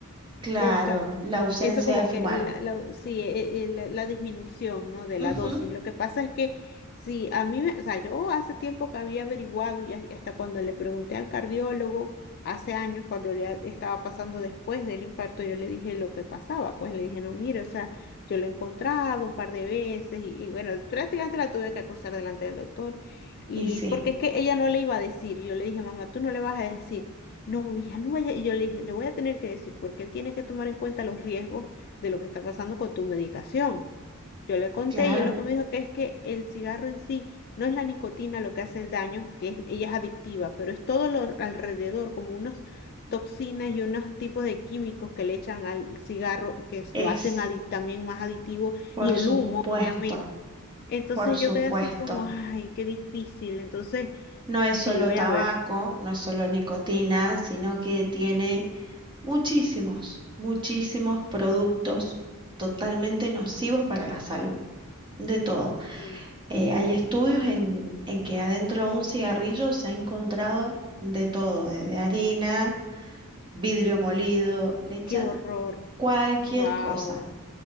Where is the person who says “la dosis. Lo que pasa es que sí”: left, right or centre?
Left